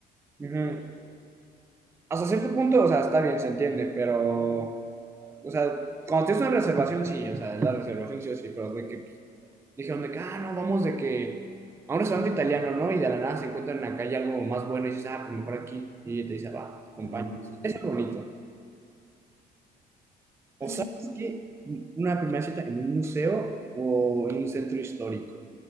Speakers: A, on the right; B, on the right.
A: ujú.
B: Y ay,
A: Hasta cierto punto, o sea, está bien, se entiende, pero, o sea, cuando tienes una reservación, sí, o sea, la reservación sí o sí, pero de que dijeron de que, ah, no, vamos de que a un restaurante italiano, ¿no? Y de la nada se encuentran en la calle algo más bueno y dices, ah, pues mejor aquí. Y te dice, va, acompañamos.
B: ujú,
A: Eso es bonito. O
B: Sí,
A: sabes que una primera cita en un museo o en un centro histórico,